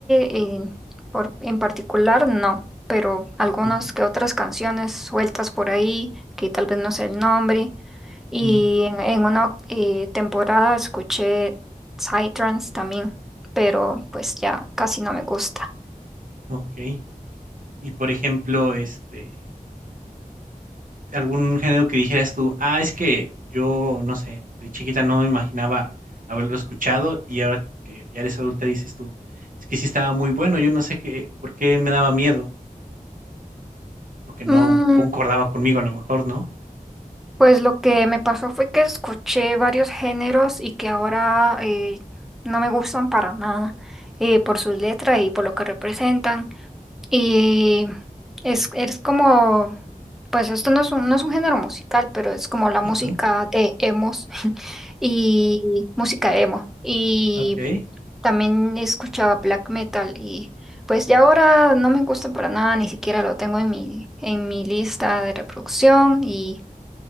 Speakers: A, in the centre; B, on the right.
A: eh, por, en particular, no. Pero algunas
B: Ujú,
A: que otras canciones sueltas por ahí, que tal vez no sé el nombre, Y
B: ujú,
A: en, en una eh, temporada escuché Psytrance también, pero pues ya casi no me gusta.
B: okey. Y, por ejemplo, este algún género que dijeras tú, ah, es que yo, no sé, de chiquita no me imaginaba haberlo escuchado y ahora que ya eres adulta dices tú, es que sí estaba muy bueno, yo no sé qué, por qué me daba miedo, lo que no
A: Mm,
B: concordaba conmigo a lo mejor, ¿no?
A: pues lo que me pasó fue que escuché varios géneros y que ahora eh, no me gustan para nada eh, por sus letras y por lo que representan. Y es, es como, pues esto no es un, no es un género musical, pero es como la música
B: Ajá,
A: de emos <laughs> y música emo. Y
B: ok.
A: También escuchaba black metal y pues ya ahora no me gustan para nada, ni siquiera lo tengo en mi, en mi lista de reproducción y